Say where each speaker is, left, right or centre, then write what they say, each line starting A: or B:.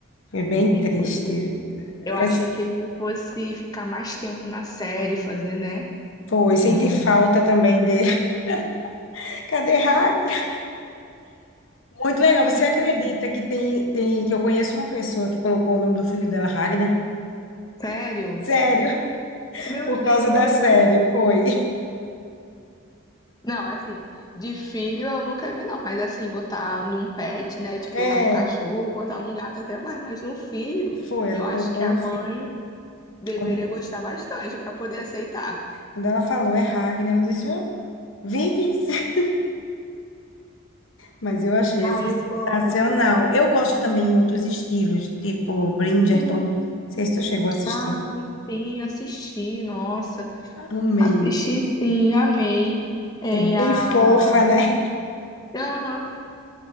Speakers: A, on the left; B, on the left.
A: Foi bem
B: Ele
A: triste.
B: poderia.
A: É,
B: Eu achei que ele fosse ficar mais tempo na série, fazer, né?
A: foi, senti
B: Hum.
A: falta também dele. <laughs> Cadê Ragnar? Muito legal. Você acredita que tem, tem que eu conheço uma pessoa que colocou o nome do filho dela Ragnar?
B: Sério?
A: Sério, <laughs>
B: Meu
A: por
B: Deus!
A: causa da série, foi.
B: Não, assim, de filho eu nunca vi, não, mas assim, botar num pet, né? Tipo,
A: É,
B: botar num cachorro, botar num gato até vai, mas no filho,
A: foi, ela
B: eu acho
A: colocou
B: que a
A: no
B: mãe
A: fim.
B: deveria
A: Quando,
B: gostar bastante pra poder aceitar.
A: quando ela falou é Ragnar, eu disse, oh, Vikings. <laughs> Mas eu achei,
B: Ah,
A: assim,
B: eu
A: sensacional.
B: gosto.
A: Eu gosto também em outros estilos, tipo Bridgerton.
B: Uhum.
A: Não sei se tu chegou a assistir.
B: Ah, sim, assisti, nossa,
A: Amei.
B: assisti sim, amei. É
A: É bem
B: a.
A: fofa, né?
B: Aham.